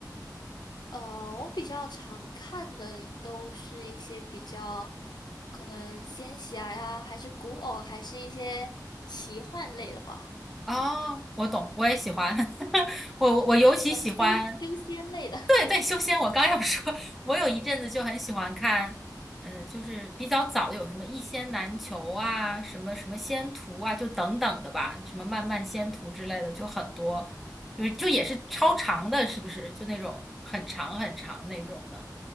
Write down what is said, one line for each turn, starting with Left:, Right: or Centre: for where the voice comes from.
Left: 呃，我比较常看的都是一些比较可能仙侠呀，还是古偶，还是一些奇幻类的吧，
Centre: 哦，我懂，我也喜欢，<laughs> 我我尤其喜欢，
Left: 就可能修修仙类的。
Centre: 对对，修仙，我刚要说，<laughs> 我有一阵子就很喜欢看，嗯，就是比较早有什么《一仙难求》啊，什么什么仙途啊，就等等的吧，什么漫漫仙途之类的，就很多，就是就也是超长的，是不是？就那种很长很长那种的。